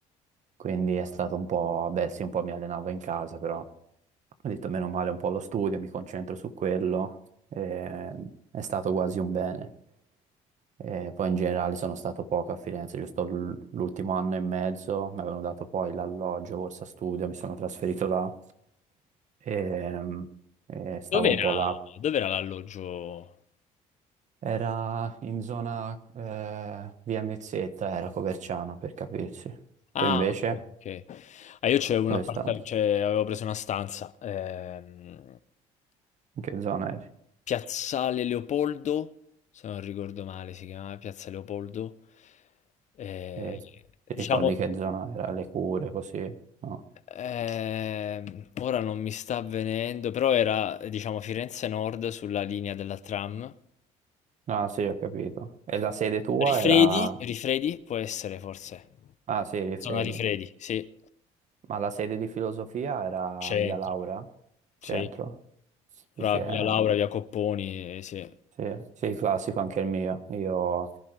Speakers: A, on the right (about 50°); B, on the left (about 50°).
A: Quindi è stato un po', beh sì, un po' mi allenavo in casa, però ho detto meno male un po' lo studio, mi concentro su quello, eh, è stato quasi un bene. Eh, poi in generale sono stato poco a Firenze, giusto l- l'ultimo anno e mezzo, mi avevano dato poi l'alloggio, borsa studio, mi sono trasferito là e, e stavo
B: Dov'era,
A: un po' là.
B: dov'era l'alloggio?
A: Era in zona eh, via Mezzetta, era Coverciano per capirsi.
B: Ah,
A: Tu invece
B: ok, ok. Ah, io c'avevo
A: dove
B: un appartamento,
A: stavi?
B: avevo preso una stanza ehm,
A: In che zona eri?
B: Piazzale Leopoldo, se non ricordo male si chiamava Piazza Leopoldo. Eh,
A: E ti
B: diciamo,
A: ricordi che zona era? Le cure, così? No.
B: ehm, ora non mi sta avvenendo, però era, eh, diciamo, Firenze Nord sulla linea della tram.
A: Ah sì, ho capito. E la sede tua
B: Rifredi?
A: era...
B: Rifredi può essere forse.
A: Ah sì, Rifredi.
B: Zona Rifredi, sì.
A: Ma la sede di filosofia era
B: Centro,
A: via Laura?
B: sì.
A: Centro? Sì,
B: Tra
A: sì, eh.
B: via Laura, via Copponi, eh, sì.
A: Sì, sì, classico anche il mio. Io